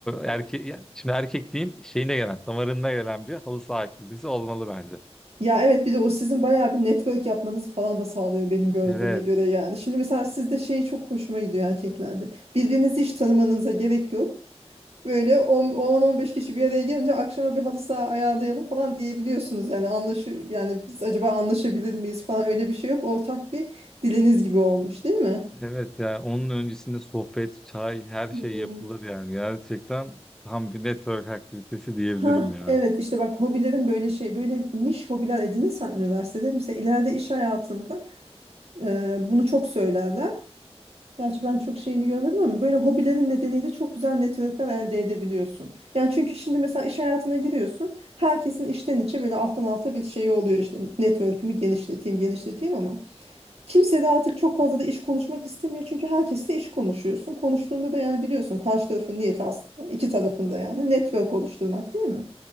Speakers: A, on the right; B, in the centre.
A: o-
B: erke ya- şimdi erkekliğin şeyine gelen, damarında gelen bir halı saha aktivitesi olmalı bence.
A: ya evet bir de o sizin bayağı bir network yapmanızı falan da sağlıyor benim gördüğüme
B: Evet.
A: göre yani. Şimdi mesela sizde şey çok hoşuma gidiyor erkeklerde. Birbirinizi hiç tanımanıza gerek yok. Böyle 10-15 kişi bir araya gelince akşama bir halı saha ayarlayalım falan diyebiliyorsunuz. Yani anlaşı yani biz acaba anlaşabilir miyiz falan öyle bir şey yok. Ortak bir diliniz gibi olmuş değil mi?
B: Evet ya onun öncesinde sohbet, çay her
A: Hmm.
B: şey yapılır yani. Gerçekten tam bir network aktivitesi diyebilirim
A: Ha
B: ya.
A: evet işte bak hobilerin böyle şey böyle niş hobiler edinirsen üniversitede mesela ileride iş hayatında e, bunu çok söylerler. Gerçi ben çok şeyini görmedim ama böyle hobilerin nedeniyle çok güzel networkler elde edebiliyorsun. Yani çünkü şimdi mesela iş hayatına giriyorsun herkesin içten içe böyle alttan alta bir şeyi oluyor işte network'ümü genişleteyim genişleteyim ama Kimse de artık çok fazla da iş konuşmak istemiyor. Çünkü herkesle iş konuşuyorsun. Konuştuğunda da yani biliyorsun karşı tarafın niyeti aslında iki tarafında yani network oluşturmak değil mi?